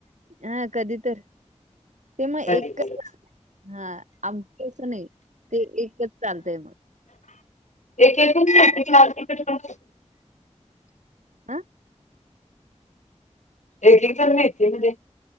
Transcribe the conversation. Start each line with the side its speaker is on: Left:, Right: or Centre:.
Right: हा कधितर. ते मग
Left: कधी
Right: एकच
Left: करत
Right: हा आमचच नाही ते एकच चालतय मग.
Left: एकू लाल टिकीट पण.
Right: आ
Left: एक एक जण माे म्हण